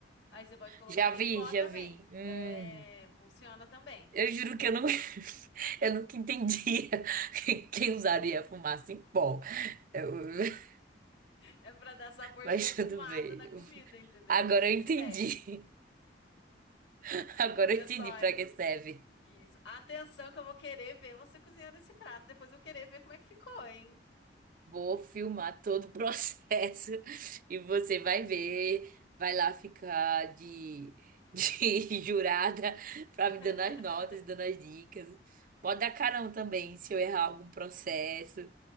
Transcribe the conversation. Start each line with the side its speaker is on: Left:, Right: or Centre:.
Left: Aí você pode colocar
Right: Já vi,
Left: em pó
Right: já
Left: também.
Right: vi. Hum,
Left: É, funciona também.
Right: eu
Left: <laughs>
Right: juro que eu não, <laughs> eu nunca entendia <laughs> quem usaria fumaça em pó. Eu- <laughs>
Left: É pra dar sabor
Right: mas
Left: de defumado
Right: tudo bem.
Left: na comida, entendeu?
Right: Agora
Left: É bem
Right: eu
Left: essa
Right: entendi.
Left: ideia.
Right: <laughs> Agora
Left: Olha
Right: eu entendi
Left: só,
Right: para
Left: hein?
Right: que serve.
Left: Isso. Atenção que eu vou querer ver você cozinhando esse prato. Depois eu vou querer ver como é que ficou, hein?
Right: Vou filmar todo o processo <laughs> e você vai ver, vai lá ficar de, de <laughs> jurada pra
Left: <laughs>
Right: me dando as notas, dando as dicas. Pode dar carão também se eu errar algum processo,